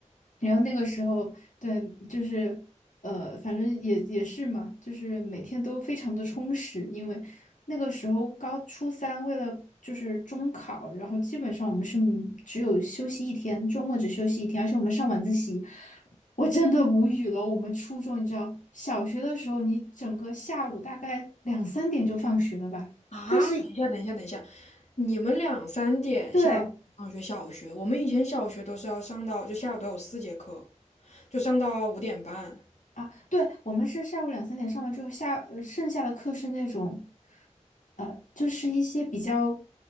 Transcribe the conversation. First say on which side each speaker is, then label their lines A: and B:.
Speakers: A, on the left (about 85°); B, on the left (about 60°).
A: 然后那个时候，对，就是呃，反正也也是嘛，就是每天都非常的充实，因为那个时候高初三为了就是中考，然后基本上我们是只有休息一天，周末只休息一天，而且我们上晚自习，我真的无语了。我们初中，你知道，小学的时候你整个下午大概两三点就放学了吧，
B: 啊！
A: 但是。
B: 等一下，等一下，等一下，你们两三点下午放学？
A: 对，
B: 小学我们以前小学都是要上到就下午都有四节课。就上到五点半。
A: 啊，对，我们是下午两三点上完之后，下，呃剩下的课是那种，呃，就是一些比较，